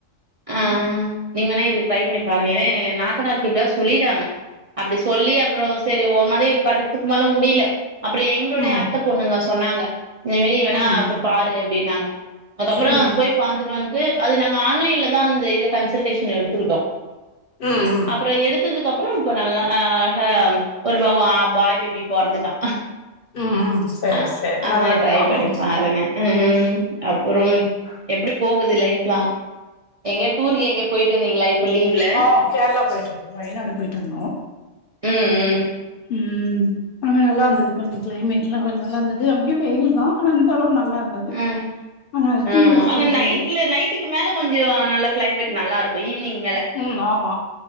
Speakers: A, on the right; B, on the left.
A: அ அ நீங்க வேணா இது ட்ரை பண்ணி பாருங்க ஏதே நான் <unintelligible> எப்படியாது சொல்லிறாங்க அப்படி சொல்லி அப்பறோ செரி ஒரு மாரி கட்டத்துக்கு மேல முடில அப்பறோ எங்களுடய
B: ம்
A: அத்த பொண்ணுங்கஸ் சொன்னாங்க இந்த மேரி வேணா
B: ம்
A: போய் பாரு அப்டின்னாங்க அதுக்கப்பறோ
B: ம்
A: போய் பாத்துட்டு வந்து அது நா ஆன்லைன்ல நா அந்த இது கன்சல்டேஷன் எடுத்துக்கிட்டோ
B: ம் ம்
A: அப்பறோ எடுத்ததுக்கு அப் அப்பறோ இப்ப நல்லா அ அம் ஒரு பாய் பேபி பொறந்துட்டா
B: ம் ம் சேரி
A: ஆ
B: சேரி
A: ஆனா
B: நல்லதுதான்
A: ட்ரை பண்ணி
B: ம்
A: பாருங்க ம் ம்ம் அப்புறோம் எப்டி போகுது லைஃப்லா எங்கயா டூருக்கு எங்கயா போயிட்டு வந்தீங்களா இப்ப லீவ்ல
B: ஆ கேரளா போயிட்டு வந்தோ வயநாடு போயிட்டு வந்தோ
A: ம் ம்
B: ம் அங்க நல்லா இருந்தது கொஞ்ச கிளைமேட் எல்லா அவ்ளோ நல்லா இருந்தது அது அங்கியு வெயில்தா தா ஆனா இந்த தடவ நல்லா இருந்தது
A: ம்
B: அதனால
A: ம்
B: டீ எஸ்டேட்டு
A: ஆனா நைட்ல நைட்டுக்கு மேல கொஞ்சோ நல்லா கிளைமேட் நல்லா இருக்கு ஈவ்னிங்
B: ம் ஆமா